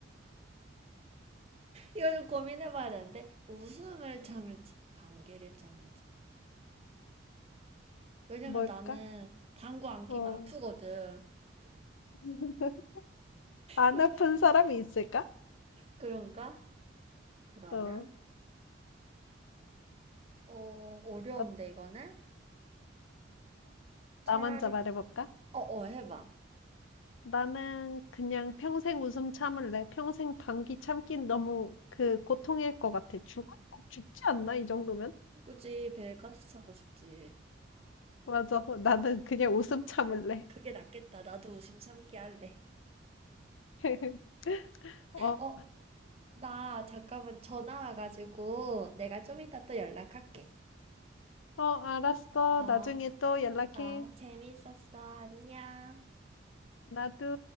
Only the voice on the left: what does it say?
뭘까?
어.
<laughs> 안
아픈 사람이 있을까?
어.
어,
나 먼저 말해볼까?
나는 그냥 평생 웃음 참을래. 평생 방귀 참긴 너무 그 고통일 것 같아. 죽어? 어, 죽지 않나? 이 정도면?
맞아. 어, 나는
그냥 웃음 참을래.
<laughs> 어,
어, 알았어.
나중에 또 연락해.
나도.